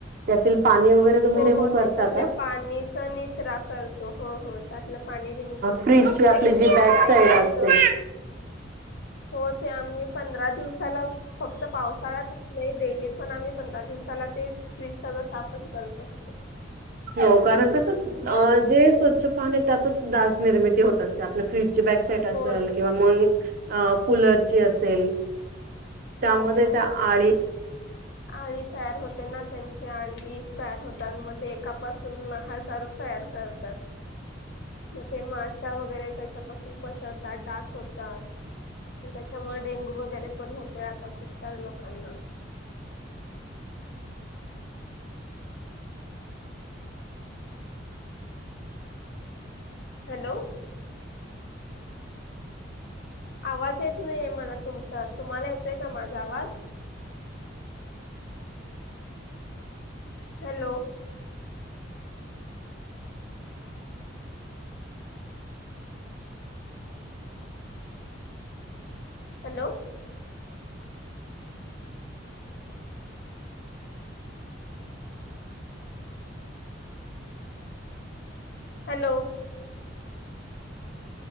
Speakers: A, on the right; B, on the left.
A: त्यातील पाणी वगैरे तुम्ही
B: हो.
A: रिमूव्ह
B: हो.
A: करता
B: त्याच्यातले
A: का
B: पाणीचा निचरा करतो हो, हो. त्यातलं पाणी रिमूव होत
A: फ्रीजची आपली जी
B: अ
A: बॅक
B: काही
A: साईड असते
B: असं हो. ते आम्ही पंधरा दिवसा ला फक्त पावसाळ्यातच नाही डेली पण आम्ही पंधरा दिवसाला ते फ्रीज सगळं साफच करत असतो.
A: हो. कारण कस जे स्वच्छ पान त्यातच डास निर्मिती होत आपली फ्रीजची बॅकसाइट असेल
B: होय
A: किंवा मग कूलरची असेल. त्यामध्ये
B: हो हो.
A: त्या आळी --
B: आळी तयार होते ना त्यांचे अंडी तयार होतात, मग ते एकापासून हजारो तयार करतात. मग ते माशा वगैरे त्याच्यापासून पसरतात. डास होतात. त्याच्यामुळे डेंगू वगैरे पण होतेय आता खूप साऱ्या लोकांना. हॅलो. आवाज येत नाहीये मला तुमचा. तुम्हाला येतोय का माझा आवाज? Hello. Hello. Hello.